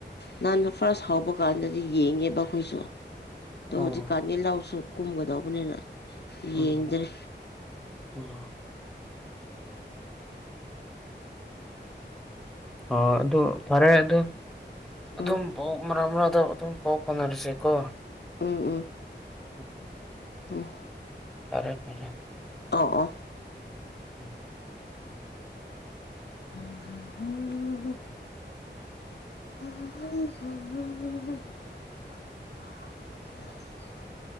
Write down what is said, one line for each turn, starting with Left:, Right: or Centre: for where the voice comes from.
Left: ꯅꯍꯥꯟ ꯐꯥꯔꯁ ꯍꯥꯎꯕ ꯀꯥꯟꯗꯗꯤ ꯌꯦꯡꯉꯦꯕ ꯑꯩꯈꯣꯏꯁꯨ ꯑꯗꯣ
Centre: ꯑꯣ
Left: ꯍꯧꯖꯤꯛꯀꯥꯟꯗꯤ ꯂꯧꯁꯨ ꯀꯨꯝꯒꯗꯧꯕꯅꯤꯅ ꯌꯦꯡꯗ꯭ꯔꯦ
Centre: ꯎꯝ ꯎꯝ ꯑꯣ ꯑꯗꯨ ꯐꯔꯦ ꯑꯗꯨ ꯑꯗꯨꯝ
Left: ꯎꯝ
Centre: ꯄꯎ ꯃꯔꯛ ꯃꯔꯛ ꯑꯣ ꯑꯗꯨꯝ ꯄꯥꯎ ꯐꯅꯔꯁꯦꯀꯣ
Left: ꯎꯝ ꯎꯝ
Centre: ꯎꯝ
Left: ꯎꯝ
Centre: ꯐꯔꯦ ꯐꯔꯦ
Left: ꯑ ꯑꯣ
Centre: <inaudible>
Left: <unintelligible> <unintelligible> <inaudible>